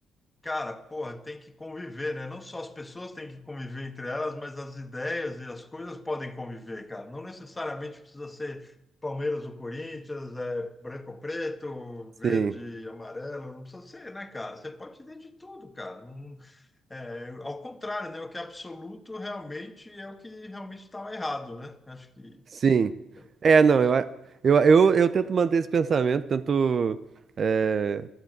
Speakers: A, on the left; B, on the right.
A: Cara, porra, tem que conviver, né? Não só as pessoas têm que conviver entre elas, mas as ideias e as coisas podem conviver, cara. Não necessariamente precisa ser Palmeiras ou Corinthians, é branco ou preto,
B: sim.
A: verde e amarelo, não precisa ser, né, cara? Você pode ter de tudo, cara. Não- é, ao contrário, né? O que é absoluto realmente é o que realmente estava errado, né? Acho que
B: Sim.
A: é o
B: É,
A: que
B: não,
A: é isso.
B: eu, a- eu, eu, eu tento manter esse pensamento, tento é,